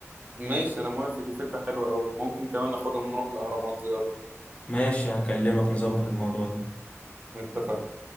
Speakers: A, on the right; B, on the left.
A: ماشي انا موافق دي فكرة حلوة قوي ممكن كمان ناخدهم ونروح الاهرامات زيارة
B: ماشي هكلمك نظبط الموضوع ده
A: اتفقنا